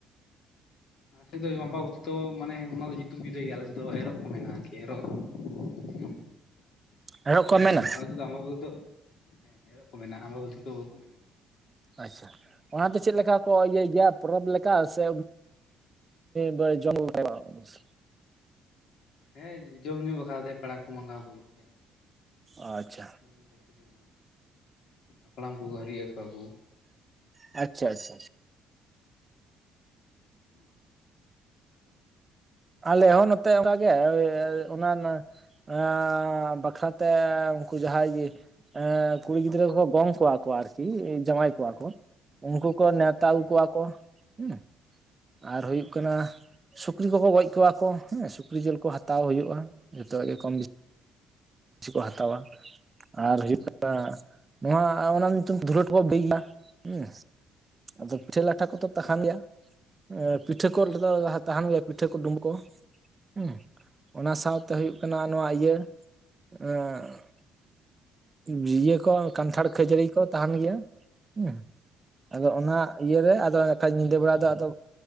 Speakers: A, on the left (about 65°); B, on the right (about 25°).
A: <unintelligible> <inaudible> ᱱᱚᱛᱮ ᱫᱚ ᱟᱢᱵᱟ ᱵᱚᱛᱤ ᱫᱚ, ᱢᱟᱱᱮ ᱚᱱᱟ ᱫᱚ ᱧᱩᱛᱩᱢ ᱡᱩᱫᱟᱹ ᱜᱮᱭᱟ᱾ ᱟᱞᱮ ᱥᱮᱫ ᱫᱚ ᱮᱨᱚᱜ ᱠᱚ ᱢᱮᱱᱟ, ᱟᱨ ᱠᱤ ᱮᱨᱚᱜ ᱦᱩᱸ <unintelligible>
B: ᱮᱨᱚᱜ ᱠᱚ ᱢᱮᱱᱟ?
A: ᱟᱞᱮ ᱥᱮᱫ ᱫᱚ ᱟᱢᱵᱟ ᱵᱩᱛᱤ ᱫᱚ, ᱮᱨᱚᱜ ᱠᱚ ᱢᱮᱱᱟ, ᱟᱢᱵᱟ ᱵᱩᱛᱤ ᱫᱚ ᱵᱟᱠᱚ ᱢᱮᱱᱟ᱾
B: ᱟᱪᱪᱷᱟ, ᱚᱱᱟ ᱫᱚ ᱪᱮᱫ ᱞᱮᱠᱟ ᱠᱚ ᱤᱭᱟᱹᱭ ᱜᱮᱭᱟ, ᱯᱚᱨᱚᱵᱽ ᱞᱮᱠᱟ ᱥᱮ ᱵ ᱡᱚᱢ <unintelligible> <unintelligible>
A: ᱦᱮᱸ ᱡᱚᱢ ᱧᱩ ᱵᱟᱠᱷᱨᱟᱛᱮ, ᱯᱮᱲᱟ ᱠᱚ ᱢᱟᱜᱟᱣ ᱠᱚ ᱦᱩᱭᱩᱜ ᱜᱮᱭᱟ᱾
B: ᱟᱪᱪᱷᱟ,
A: <unintelligible> ᱠᱷᱟᱱᱴᱟᱲ ᱠᱚ ᱡᱚᱢᱟ, ᱦᱟᱯᱲᱟᱢ ᱠᱚᱠᱚ ᱦᱟᱹᱨᱤᱡ ᱟᱠᱚᱣᱟ ᱠᱚ
B: ᱟᱪᱪᱷᱟ, ᱟᱪᱪᱷᱟ᱾
A: ᱴᱷᱤᱠ ᱜᱮ <unintelligible> <unintelligible>
B: ᱟᱞᱮ ᱦᱚᱸ ᱱᱚᱛᱮ ᱚᱱᱠᱟ ᱜᱮ, ᱚᱱᱟ ᱮᱸ, ᱵᱟᱠᱷᱨᱟᱛᱮ, ᱩᱱᱠᱩ ᱡᱟᱦᱟᱸᱭ ᱜᱮ᱾ ᱮᱸᱻ ᱠᱩᱲᱤ ᱜᱤᱫᱽᱨᱟᱹ ᱠᱚ ᱜᱚᱝ ᱠᱚᱣᱟ ᱠᱚ ᱟᱨᱠᱤ, ᱡᱟᱶᱟᱭ ᱠᱚᱣᱟ ᱠᱚ᱾ ᱩᱱᱠᱩ ᱠᱚ ᱱᱮᱣᱛᱟ
A: ᱦᱮᱸ
B: ᱟᱜᱩ
A: ᱦᱮᱸ
B: ᱠᱚᱣᱟ ᱠᱚ, ᱦᱩᱸ ᱟᱨ ᱦᱩᱭᱩᱜ ᱠᱟᱱᱟ
A: ᱚ
B: ᱥᱩᱠ ᱥᱩᱠᱨᱤ ᱠᱚ ᱠᱚ ᱜᱚᱡ ᱠᱚᱣᱟ ᱠᱚ, ᱦᱮᱸ ᱥᱩᱠᱨᱤ ᱡᱤᱞ ᱠᱚ ᱦᱟᱛᱟᱣ ᱦᱳᱭᱜᱼᱟ, ᱡᱷᱚᱛᱚᱣᱟᱜ ᱜᱮ ᱠᱚᱢ ᱵᱤᱥᱤ᱾ ᱠᱤᱪᱷᱤ ᱠᱚ ᱦᱟᱛᱟᱣᱟ᱾ ᱟᱨ ᱦᱩᱭᱩᱜ ᱠᱟᱱᱟ, ᱱᱚᱣᱟ ᱚᱱᱟ ᱧᱩᱛᱩᱢ ᱛᱮ ᱫᱷᱩᱞᱟᱹᱴ ᱠᱚ ᱵᱟᱹᱭᱱᱟ ᱦᱩᱸ ᱟᱫᱚ ᱯᱤᱴᱷᱟᱹ ᱞᱟᱴᱷᱟ ᱠᱚᱫᱚ
A: ᱪᱮᱫ
B: ᱛᱟᱦᱮᱸᱱ
A: ᱠᱟᱱᱟ
B: ᱜᱮᱭᱟ, ᱯᱤᱴᱷᱟᱹ ᱠᱚ ᱫᱚ ᱛᱟᱦᱮᱸᱱ
A: ᱚ
B: ᱜᱮᱭᱟ᱾ ᱯᱤᱴᱷᱟᱹ ᱠᱚ ᱰᱩᱢᱵᱩᱜ ᱠᱚ, ᱦᱩᱸ ᱚᱱᱟ ᱥᱟᱶᱛᱮ ᱦᱳᱭᱩᱜ ᱠᱟᱱᱟ ᱱᱚᱣᱟ ᱤᱭᱟᱹ ᱟᱸᱻ᱾ ᱡᱤᱭᱟᱹ ᱠᱚ ᱠᱟᱱᱴᱷᱟᱲ ᱠᱷᱟᱹᱡᱟᱹᱲᱤ ᱠᱚ, ᱛᱟᱦᱮᱸᱱ ᱜᱮᱭᱟ᱾ ᱦᱩᱸ, ᱟᱫᱚ
A: ᱚ
B: ᱚᱱᱟ ᱤᱭᱟᱹ ᱨᱮ ᱟᱫᱚ ᱵᱟᱠᱷᱟᱡ ᱧᱤᱫᱟᱹ ᱵᱮᱲᱟ ᱫᱚ, ᱟᱫᱚ